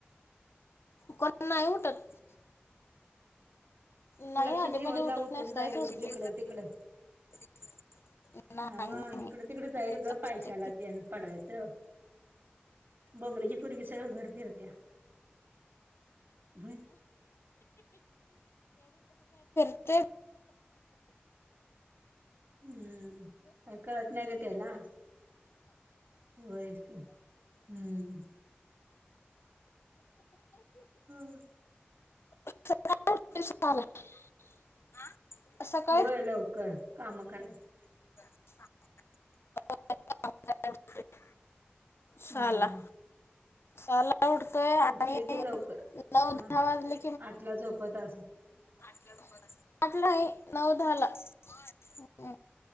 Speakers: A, on the left (about 85°); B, on the right (about 60°).
A: कोण नाही उठत नाही
B: लक्ष
A: आधी
B: ठेवत
A: मध्ये उठत
B: जाऊठून
A: नाही काय
B: जायल
A: उठते
B: इिकडं तिकडं
A: <inaudible> नाही
B: नाव
A: नाही
B: इकडं तिकड जाईल ग पैशाला
A: असतं
B: ते पडायचं बबलीची पुरगी सगळं घर फिरत्या ह
A: ते
B: हम्म काय कळत नाही ग त्याला वयस का हम्म हम्म
A: <inaudible> <unintelligible> सकाळी
B: होय लवकर काम <unintelligible>
A: ह <unintelligible> सहाला
B: हम्म.
A: सहाला उठतोय आणि
B: उठतोय ते लवकर
A: नऊ
B: ह
A: दहा वाजले
B: आठला झोपत असलं तिला.
A: <inaudible> <inaudible> आठ लाही नऊ दहाला ह